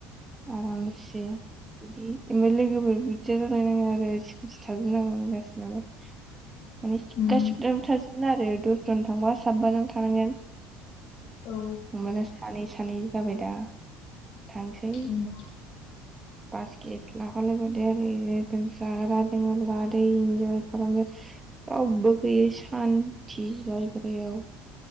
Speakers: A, on the right; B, on the left.
A: आरामसे बिदि ओमफ्राय लोगोफोर बुरजा जालायनाङा आरो सिकुटि थाजोबनांगौ गासिनाबो माने
B: उम
A: गासिनाबो था थागोन आरो दस जन थांबा साबबानाव थानांगोन
B: औ
A: होमबाना सानै सानै जाबाय दा थांसै
B: उम
A: बासखेत लाफालायबावदो ओरै जाय जाग्रा लोंग्रा लादो इन्जय खालामदो रावबो गैयै सान्थि जायगायाव